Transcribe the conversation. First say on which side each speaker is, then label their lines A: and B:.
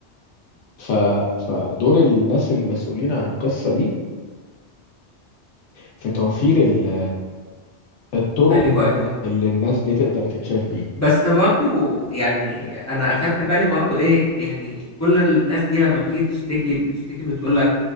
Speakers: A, on the left; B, on the left.
A: ف فدور الناس المسؤولين عن القصه دي في توفير ال- الطرق
B: ايوه ايوه
A: اللي الناس دي تقدر تتشاف
B: بس برضو يعني انا اخدت بالي برضو ايه يعني كل الناس دي لما بتيجي تشتكي بتشتكي بتقول لك